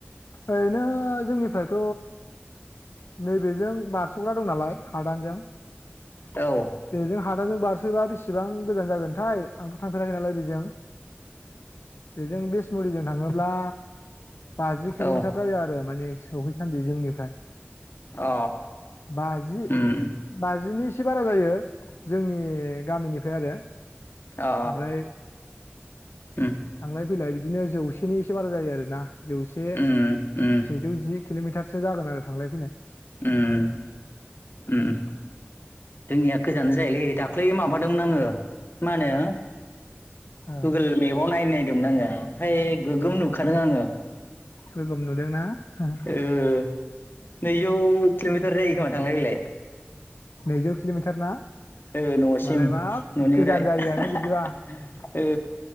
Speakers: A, on the left (about 75°); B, on the left (about 55°).
A: ओरैनो जोंनिफ्रायथ' नैबेजों बारस'ग्रा दं नालाय हादानजों
B: औ ओ
A: बेजों हादाजों बारसयोबा बेसेबां गोजान जागोनथाय आंथ' थां फेराखै नालाय बेजों बेजों बिसमुरिजों थांङोब्ला बाजि किल'मिटार
B: औ
A: जायो आरो माने सौहैसान्दि जोंनिफ्राय
B: अ
A: बाजि
B: ओम
A: बाजिनि एसे बारा जायो जोंनि गामिनिफ्राय आरो
B: अ
A: ओमफ्राय
B: उम
A: थांनाय फैलाय बिदिनो जौसेनि एसे बारा जायो आरोना जौसे
B: उम उम
A: सेजौ जि किल'मिटारसो जागोन आरो थांनाय फैनाय
B: उम उम जोंनिया गोजा जायोलै दाख्लै माबादोंमोन आंङो। मा होनो
A: औ
B: गुगोल मेबाव नायनाय <unintelligible> ओमफ्राय गोगोम नुखादों आंङो
A: गोगोम नुदोंना <unintelligible>
B: ओ नैजौ किल'मिटार जायो खोमा थांलाय फैलाय
A: नैजौ किल'मिटार ना?
B: ओ न'सिम
A: होमबालाय बाब
B: न'निफ्राय
A: गोजान जायोआनो
B: <unintelligible>
A: बिदिबा
B: ओ